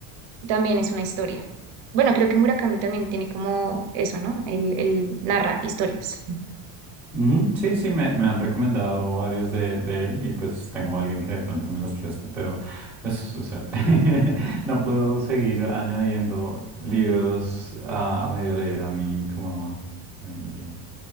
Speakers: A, on the right (about 55°); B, in the centre.
A: También es una historia. Bueno, creo que Murakami también tiene como eso, ¿no? Él, él narra historias.
B: Ujú, Sí, sí, me, me han recomendado varios de, de él y pues tengo alguien que de pronto me los presta, pero pues, o sea, <laughs> no puedo seguir añadiendo libros a, a medio leer a mí como a mi,